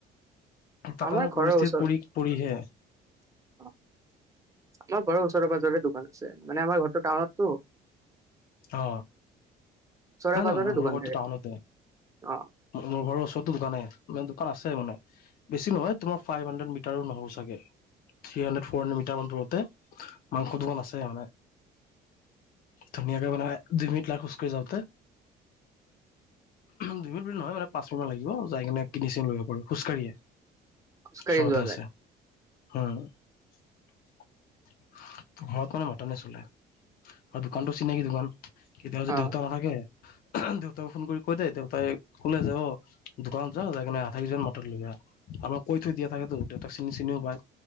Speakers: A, on the left; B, on the right.
A: তাতে
B: আমাৰ
A: মানে
B: ঘৰৰ
A: পৰিস্থিতিত
B: ওচৰত
A: পৰি পৰিহে
B: অ আমাৰ ঘৰৰ ওচৰে পাজৰে দোকান আছে মানে আমাৰ ঘৰটো টাউনতো
A: অ
B: ওচৰে
A: নাই
B: পাজৰে
A: নাই মোৰো
B: দোকান
A: ঘৰো
B: থাকে
A: টাউনতে
B: অ
A: মোৰ ঘৰৰ ওচৰতো দোকানে মানে দোকান আছে মানে বেছি নহয় তোমাৰ ফাইভ হাণ্ড্ৰেড মিটাৰো নহব ছাগে three hundred four hundred metre মান দূৰতে মাংসৰ দোকান আছে মানে ধুনীয়াকে মানে দুই মিনিট লাগে খোজ কাঢ়ি যাওতে দুই মিনিট বুলি নহয় মানে পাঁচ মিনিটমান লাগিব যাই কিনে কিনি চিনি লৈ আহিব পাৰো খোজকাঢ়িয়ে
B: খোজকাঢ়ি
A: ওচৰতে
B: যোৱা
A: আছে
B: যায়
A: হ ঘৰত মানে মটনে চলে আৰু দোকানটো চিনাকী দোকান কেতিয়াবা যদি
B: অ
A: দেউতা নাথাকে দেউতাকো ফোন কৰি কৈ দিয়ে দেউতাই ক'লে যে অ দোকানত যা যাইকিনে আধাকেজি মটন লৈ আহ আমাৰ কৈ থৈ দিয়া থাকেতো দেউতাক চিনি চিনিও পায়